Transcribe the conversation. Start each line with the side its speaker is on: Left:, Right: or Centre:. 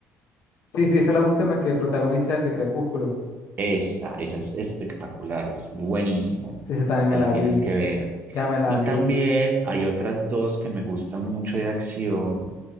Left: Sí, sí, esa es la última que protagoniza el de Crepúsculo.
Right: Esa, esa es espectacular, es buenísima.
Left: Sí, esa también me
Right: Te la
Left: la
Right: tienes
Left: vi.
Right: que ver.
Left: Ya me la
Right: Y
Left: vi.
Right: también hay otras dos que me gustan mucho de acción,